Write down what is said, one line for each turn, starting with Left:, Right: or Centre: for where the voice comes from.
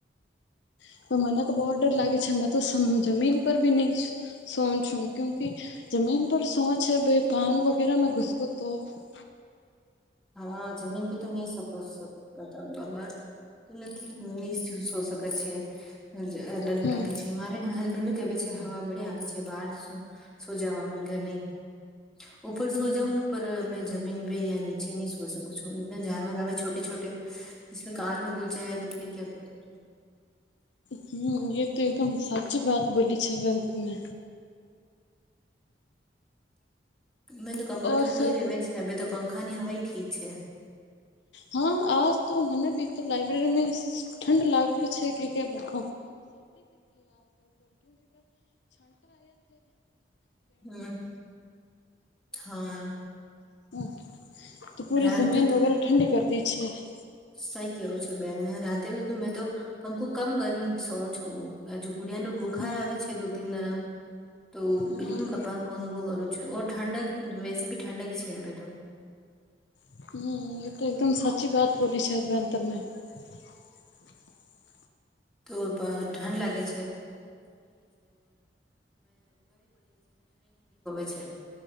Left: <inaudible> <inaudible>
Centre: <unintelligible> <unintelligible>
Left: હમ
Centre: <inaudible> <inaudible>
Left: હમ
Centre: <inaudible>
Left: હમ્મ એ તો એકદમ સાચી વાત બોલી છે બેન તમે
Centre: મેં તો કમરો
Left: ઓર
Centre: ઠંડો
Left: સબ
Centre: દેવે છે તો પંખા ની હવાઈ ઠીક છે.
Left: હા આજ તો મને બી તો લાઈબ્રેરીમાં ઠંડ લાગ્યું છે કે કે બધ
Centre: હમ હા
Left: <inaudible> <inaudible> <inaudible>
Centre: રાતે તો <inaudible> <inaudible>
Left: હમ હમ
Centre: <inaudible>
Left: <inaudible> <inaudible>
Centre: તો ઠંડ લાગે છે <unintelligible> <inaudible>